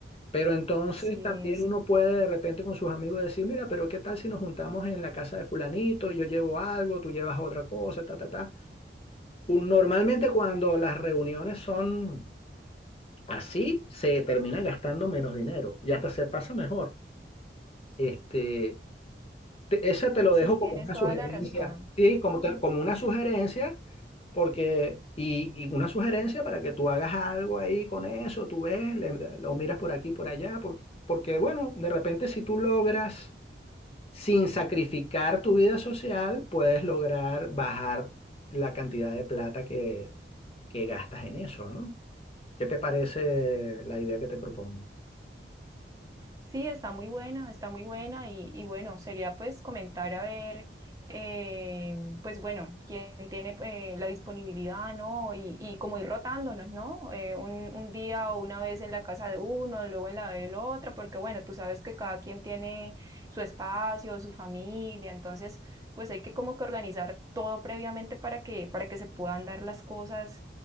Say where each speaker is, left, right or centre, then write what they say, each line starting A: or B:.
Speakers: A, on the left; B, on the right.
A: Pero entonces
B: Así
A: también
B: es.
A: uno puede de repente con sus amigos decir, mira, pero ¿qué tal si nos juntamos en la casa de fulanito? Yo llevo algo, tú llevas otra cosa, ta, ta, ta. Un- Normalmente cuando las reuniones son así, se termina gastando menos dinero y hasta se pasa mejor. Este, Te- Ese te lo
B: Sí,
A: dejo como
B: tienes
A: una
B: toda
A: sugerencia,
B: la razón.
A: sí, como, te- como una sugerencia, porque, y, y una sugerencia para que tú hagas algo ahí con eso, tú ves, le- lo miras por aquí, por allá, porque, porque, bueno, de repente si tú logras, sin sacrificar tu vida social, puedes lograr bajar la cantidad de plata que, que gastas en eso, ¿no? ¿Qué te parece la idea que te propongo?
B: Sí, está muy buena, está muy buena y, y bueno, sería pues comentar a ver, eh, pues bueno, quién tiene eh, la disponibilidad, ¿no? Y, y como ir rotándonos, ¿no? Eh, un, un día o una vez en la casa de uno, luego en la de la otra, porque bueno, tú sabes que cada quien tiene su espacio, su familia, entonces pues hay que como que organizar todo previamente para que, para que se puedan dar las cosas